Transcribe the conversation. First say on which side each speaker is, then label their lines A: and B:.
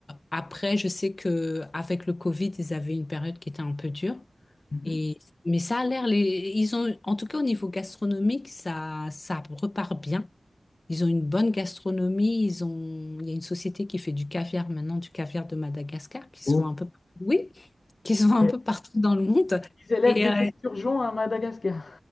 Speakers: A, on the left; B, on the left.
A: après, je sais que avec le Covid, ils avaient une période qui était un peu dure.
B: Mhm.
A: Et, mais ça a l'air, les, ils ont, en tout cas au niveau gastronomique, ça, ça repart bien. Ils ont une bonne gastronomie. Ils ont, il y a une société qui fait du caviar maintenant, du caviar de Madagascar, qui se
B: Oh.
A: vend un peu, oui, qui se vend un
B: Mais
A: peu partout dans le monde.
B: Ils élèvent
A: Et
B: des
A: euh,
B: esturgeons à Madagascar.